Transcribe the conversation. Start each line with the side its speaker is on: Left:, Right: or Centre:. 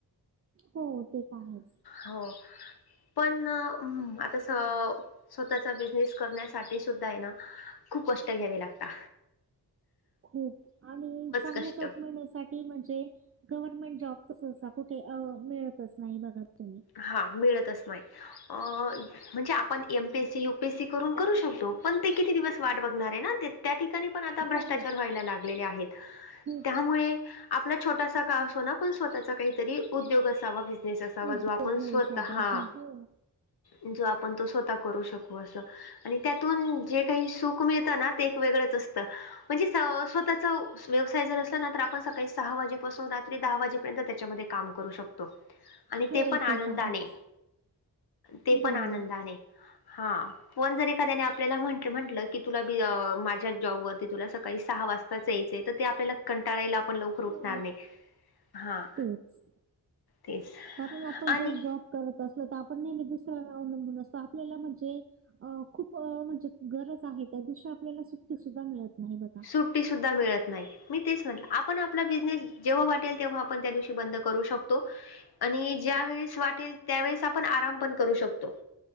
Right: हो ते पण आहेच
Left: हो पण हम आता स स्वतःचा बिझनेस करण्यासाठी सुद्धा आहे ना खूप कष्ट घ्यावे लागतात
Right: खूप आणि चांगला
Left: कष्ट
Right: जॉब मिळण्यासाठी की म्हणजे गव्हर्नमेंट जॉब तर सहसा कुठे मिळतच नाही बघा तुम्ही
Left: हा मिळतच नाही अ म्हणजे आपण एमपीएससी, युपीएससी करून करू शकतो पण ते किती दिवस वाट बघणार आहे ना त्या ठिकाणी पण आता
Right: हो,
Left: भ्रष्टाचार व्हायला लागलेले आहेत
Right: खूप
Left: त्यामुळे आपला छोटासा का असो ना पण स्वतःचा काहीतरी उद्योग असावा, बिझनेस असावा
Right: उद्योग
Left: जो आपण
Right: व्यवसाय
Left: स्वत हा
Right: पाहिजे. हो,
Left: जो आपण तो स्वतः करू शकू असं आणि त्यातून जे काही सुख मिळतं ना ते एक वेगळंच असतं. म्हणजे स स्वतःचा व्यवसाय जर असला ना तर आपण सकाळी सहा वाजेपासून रात्री दहा वाजे पर्यंत त्यांच्यामध्ये काम करू शकतो आणि
Right: हो,
Left: ते पण आनंदाने
Right: तर आहेच.
Left: ते
Right: बरोबर.
Left: पण आनंदाने हा कोण जर एखाद्याने आपल्याला म्ह म्हटलं की तुला बीज माझ्या जॉबवररती तुला सकाळी सहा वाजता यायचये तर ते आपल्या कंटाळाला ये आपण लवकर उठणार
Right: हो,
Left: नाही हा
Right: तेच.
Left: तेच
Right: कारण आपण
Left: आणि
Right: जर जॉब करत असलो तर आपण नेहमी दुसऱ्यावर अवलंबून असतो आपल्याला म्हणजे अ खूप म्हणजे गरज आहे त्या दिवशी आपल्याला सुट्टी सुद्धा मिळत नाही बघा
Left: सुट्टी सुद्धा मिळत नाही मी तेच म्हटलं आपण आपला बिझनेस जेव्हा वाटेल तेव्हा आपण त्या दिवशी बंद करू शकतो आणि ज्यावेेळेस वाटेल त्यावेेळेस आपण आराम पण करू शकतो